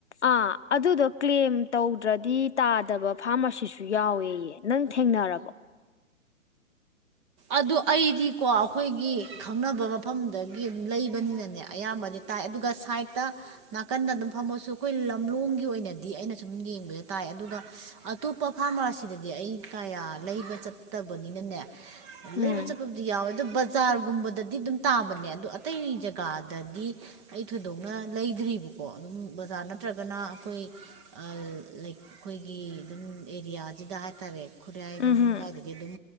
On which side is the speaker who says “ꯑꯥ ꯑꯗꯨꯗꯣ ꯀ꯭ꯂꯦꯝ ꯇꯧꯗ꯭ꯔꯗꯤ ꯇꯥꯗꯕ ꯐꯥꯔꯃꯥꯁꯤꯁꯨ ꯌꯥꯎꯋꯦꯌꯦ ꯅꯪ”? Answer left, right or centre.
Left